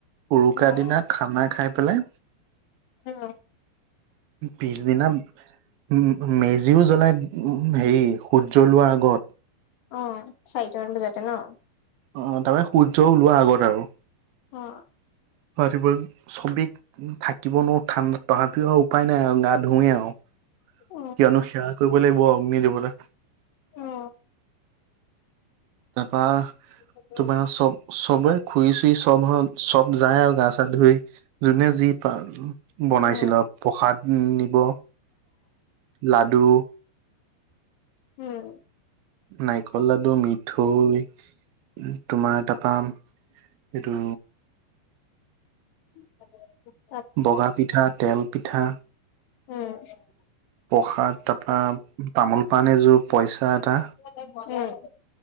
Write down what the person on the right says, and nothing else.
উৰুকা
দিনাত খানা খাই পেলাই
পিছদিনা <unintelligible> মেজিও জ্বলাই উ উ হেৰি সূৰ্যলোৱাৰ আগত।
অ তা পাই সূৰ্য ওলোৱা আগত আৰু।
ত চবেই থাকিব নোৱাৰো ঠাণ্ডাত তথাপিও উপায় নাই আৰু গা ধোৱে আৰু কিয়নো
সেৱা কৰিব লাগিব অগ্নি দেৱতা
তাৰপৰা
চব চবে খুৰি চুই চব হ চব যায় আৰু গা চা ধুই যোনে যি প বনাইছিলে
প্ৰসাদ নিব লাডু
নাৰিকল লাডু মিঠৈ তোমাৰ তাৰপা সেইটো
বগাপিঠা তেল পিঠা
প্ৰসাদ তাৰপৰা তামোল পাণ এযোৰ পইচা এটা